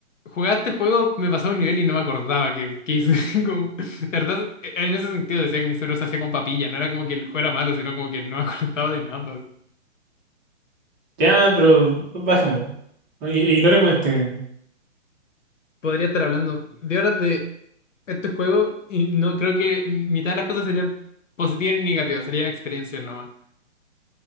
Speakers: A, on the left (about 75°); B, on the right (about 15°).
A: Jugaba este juego, me pasaba un nivel y no me acordaba que, que hice. <laughs> Como, de verdad, e, en ese sentido decía que mi cerebro se hacía con papilla. No era como que el juego era malo, sino como que no me <laughs> acordaba de nada.
B: Ya, pero bajemos. no, I- Ignoremos este.
A: Podría estar hablando de horas de este juego y no creo que mitad de las cosas serían positivas ni negativas, serían experiencias nomás.